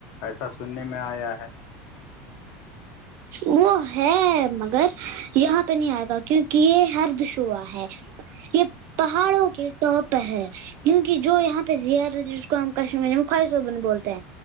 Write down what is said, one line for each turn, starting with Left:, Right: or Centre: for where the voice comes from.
Left: ایسا سننے میں آیا ہے
Right: وہ ہے مگر یہاں پہ نہیں آیا تھا کیونکہ کہ یہ ہرد شعا ہے یہ پہاڑوں کے ٹاپ ہے کیونک جو یہاں پہ زی جس کو ہم کشمیر خواہشحبن بولتے